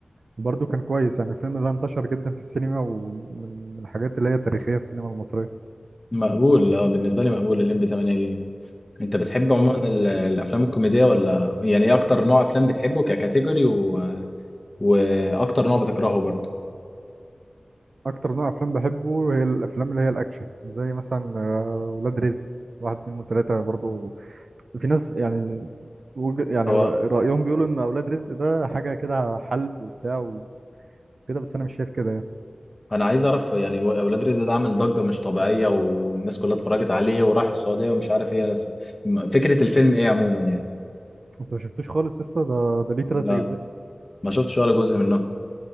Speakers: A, on the right (about 75°); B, on the left (about 30°).
A: برضه كان كويس يعني الفيلم ده انتشر جدا في السينما ومن من الحاجات اللي هي تاريخية في السينما المصرية
B: مقبول اه بالنسبه لي مقبول الليمبي 8 جيجا انت بتحب عموما ال- الافلام الكوميديه ولا يعني ايه اكتر نوع افلام بتحبه ككاتيجوري و... واكتر نوع بتكرهه برضه
A: أكتر نوع أفلام بحبه هي الأفلام اللي هي الأكشن زي مثلا آه، ولاد رزق واحد اتنين وتلاتة برضه في ناس يعني وج- يعني
B: هو
A: رأ- رأيهم بيقولوا إن أولاد رزق ده حاجة كده حلب وبتاع وكده بس أنا مش شايف كده يعني
B: انا عايز اعرف يعني و- اولاد رزق ده عامل ضجه مش طبيعيه والناس كلها اتفرجت عليه وراح السعوديه ومش عارف ايه بس م- فكره الفيلم ايه عموما يعني
A: أنت ما شفتوش خالص يا اسطى ده ده ليه تلات
B: لا
A: أجزاء
B: ما شفتش ولا جزء منه